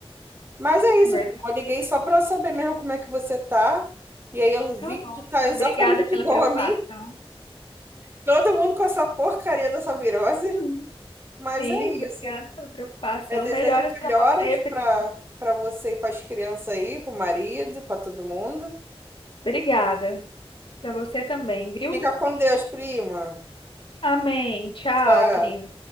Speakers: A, on the right (about 25°); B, on the left (about 60°).
A: mas é isso,
B: verdade.
A: primo. eu liguei só para saber mesmo como é que você tá. E aí eu vi
B: Tá bom.
A: que tu tá <laughs> exatamente
B: Obrigada pela
A: igual
B: preocupação.
A: a mim. Todo mundo com essa porcaria dessa virose.
B: <laughs>
A: Mas
B: Sim,
A: é
B: obrigada
A: isso.
B: pela preocupação.
A: Eu desejo
B: Melhoras para
A: melhoras
B: você, pri-
A: para para você e para as crianças aí, para o marido, para todo mundo.
B: obrigada. Para você também, viu?
A: Fica com Deus, prima.
B: Amém. Tchau,
A: Tchau.
B: primo.